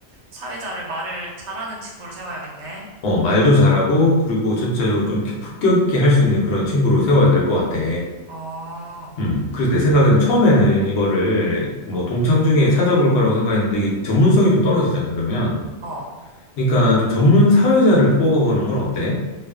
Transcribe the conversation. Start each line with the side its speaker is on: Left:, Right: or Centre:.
Right: 사회자를 말을 잘하는 친구를 세워야겠네.
Left: 어, 말도 잘하고 그리고 전체적으로 좀 품격 있게 할 수 있는 그런 친구로 세워야 될 것 같아.
Right: 어,
Left: 음, 그래서 내 생각에는 처음에는 이거를 뭐
Right: 어,
Left: 동창 중에 찾아볼 거라고 생각했는데 이게 전문성이 좀 떨어지잖아, 그러면.
Right: 어.
Left: 그러니까 좀 전문 사회자를 뽑아보는 건 어때?